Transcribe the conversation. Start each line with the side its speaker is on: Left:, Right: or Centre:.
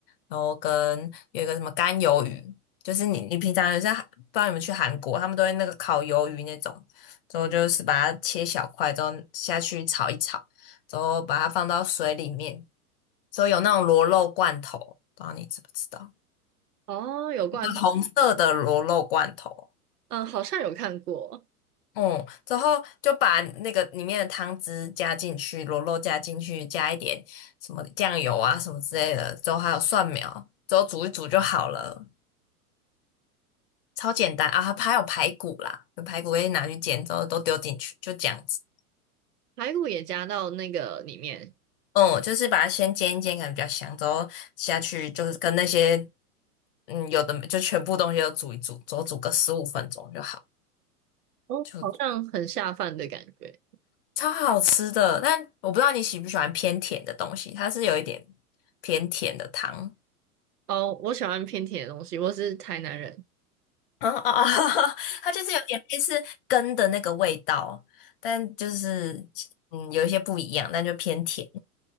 Left: 然后跟有一个什么干鱿鱼，就是你你平常有在不知道你们去韩国，他们都会那个烤鱿鱼那种，之后就是把它切小块，之后下去炒一炒，之后把它放到水里面，之后有那种螺肉罐头，不知道你知不知道，
Right: <laughs> 哦，有罐头，
Left: 一个红色的螺肉罐头。
Right: 嗯，好像有看过，
Left: 嗯，之后就把那个里面的汤汁加进去，螺肉加进去，加一点什么酱油啊什么之类的，之后还有蒜苗，之后煮一煮就好了，超简单啊！还还有排骨啦，有排骨可以拿去煎，之后都丢进去，就这样子。
Right: 排骨也加到那个里面，
Left: 嗯，就是把它先煎一煎，可能比较香，之后下去就是跟那些嗯有的没就全部东西都煮一煮，之后煮个十五分钟就好，
Right: 哦，
Left: 就
Right: 好像很下饭的感觉。
Left: 超好吃的，但我不知道你喜不喜欢偏甜的东西，它是有一点偏甜的汤，
Right: 哦，我喜欢偏甜的东西，我是台南人。
Left: 啊啊啊，<laughs> 它就是有点类似根的那个味道，但就是嗯有一些不一样，但就偏甜，